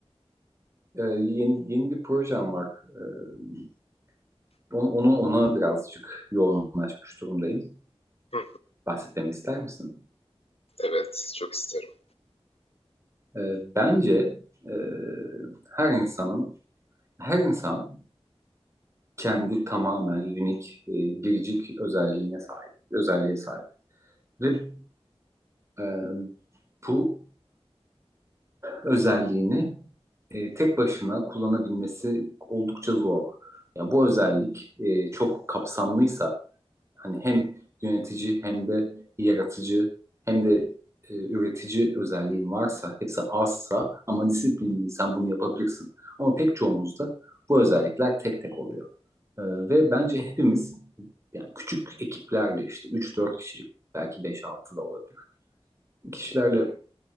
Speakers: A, on the right (about 25°); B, on the left (about 65°).
A: Ee, yeni, yeni bir projem var. Ee, on- onu ona birazcık yoğunlaşmış durumdayım.
B: Hı,
A: Bahsetmemi ister misin?
B: evet, çok isterim.
A: Ee, bence e, her insanın her insan kendi tamamen unik, e, biricik özelliğine sahip, özelliğe sahip. Ve e, bu özelliğini e, tek başına kullanabilmesi oldukça zor. Ya bu özellik e, çok kapsamlıysa hani hem yönetici hem de yaratıcı hem de e, üretici özelliğin varsa, hepsi azsa ama disiplinliysen bunu yapabilirsin. Ama pek çoğumuzda bu özellikler tek tek oluyor. E, ve bence hepimiz yani küçük ekiplerle işte üç dört kişilik belki beş altı da olabilir. Kişilerle